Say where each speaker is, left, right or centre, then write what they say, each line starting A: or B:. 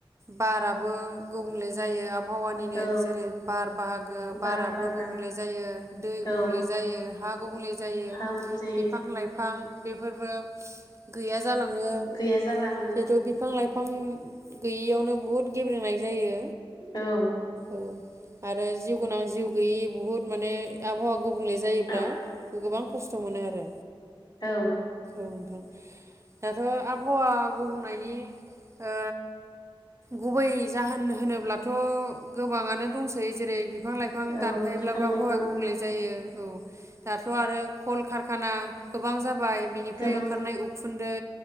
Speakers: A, on the right (about 30°); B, on the left (about 50°).
A: बाराबो गुबुंले जायो आब आबहावानिनो
B: औ
A: जेरै बार बाहागो बाराबो
B: बार बारबा
A: गुबुंले जायो दै गुबुंले
B: औ
A: जायो। हा गुबुंले जायो
B: हागुम जायो
A: बिफां लाइफां बेफोरबो गैया जालाङो
B: गैया जालाङो
A: जेतु बिफां लाइफां गैयियावनो बुहुत गेब्लेनाय जायो
B: औ
A: औ आरो जिउ गोनां जिउ गैयि बुहुत माने आबहावा गुबुंले जायोब्ला
B: औ
A: गोबां खस्थ' मोनो आरो
B: औ
A: औ‌ नोंथां दाथ' आबहावा गुबुंनायनि ओ गुबै जाहोन होनोब्लाथ' गोबाङानो दंसै जेरै बिफां लाइफां
B: औ
A: दानफायोब्लाबो
B: बिफां लाइफां
A: हावाया गुबुंले जायो औ दाथ' आरो कल कारखाना गोबां जाबाय जाबाय बिनिफ्राय
B: गोबां
A: ओखारनाय उखुन्दै